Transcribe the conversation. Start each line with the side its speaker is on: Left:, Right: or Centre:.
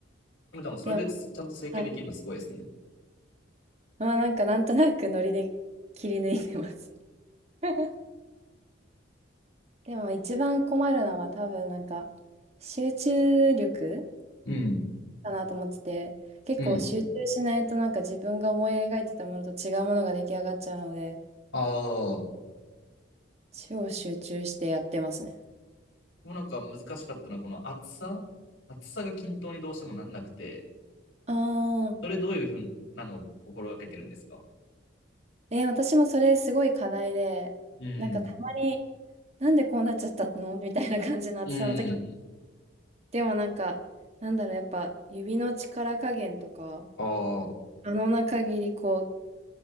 Left: でもでもそれですちゃんと整形できるのすごいですね。
Right: でも、はい。まあなんかなんとなくノリで切り抜いてます。<laughs> でも一番困るのは多分なんか集中力
Left: うん。
Right: かなと思ってて、結構集中しないとなんか自分が思い描いてたものと違うものが出来上がっちゃうので、
Left: うん。ああ。
Right: 超集中してやってますね。
Left: もうなんか難しかったのは、この厚さ厚さが均等にどうしてもなんなくて、
Right: ああ。
Left: それどういうふうなのを心がけてるんですか
Right: えー私もそれすごい課題で、
Left: うん。
Right: なんかたまに、なんでこうなっちゃったの <laughs> みたいな感じの暑さの時。
Left: うん。
Right: でもなんか、なんだろう、やっぱ指の力加減とか、
Left: ああ。
Right: 可能な限りこう、